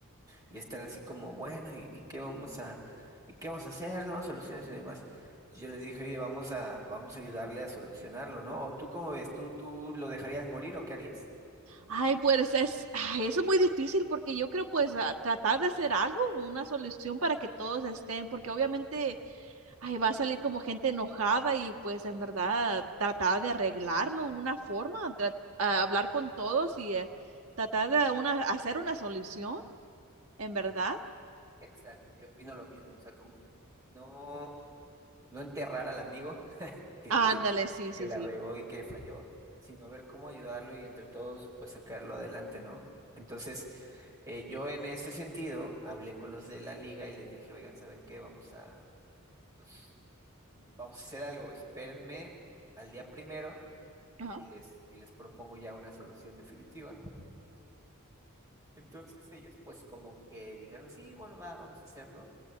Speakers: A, on the right; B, on the right.
A: y están así como, bueno, ¿y, y qué vamos a, y qué vamos a hacer, ¿no? Soluciones y demás. Yo les dije, oye, vamos a, vamos a ayudarle a solucionarlo, ¿no? O tú, ¿cómo ves? ¿Tú, tú lo dejarías morir o qué harías?
B: Ay, pues es, ay, eso es muy difícil porque yo creo pues a- tratar de hacer algo, una solución para que todos estén, porque obviamente ay, va a salir como gente enojada y pues en verdad tratar de arreglarlo, una forma, tra- a hablar con todos y eh, tratar de una, hacer una solución, en verdad. Sí,
A: Exacto, yo opino lo mismo, o sea, como no. no enterrar al amigo <laughs> que,
B: Ándale,
A: que,
B: sí,
A: que
B: sí,
A: la
B: sí.
A: regó y que falló, sino ver cómo ayudarlo y entre todos pues sacarlo adelante, ¿no? Entonces, eh, yo en ese sentido hablé con los de la liga y les dije, oigan, ¿saben qué? Vamos a, pues, vamos a hacer algo, espérenme al día primero
B: Ajá,
A: y les, y les propongo ya una solución definitiva. Entonces ellos pues como que dijeron, sí, bueno, va, vamos a hacerlo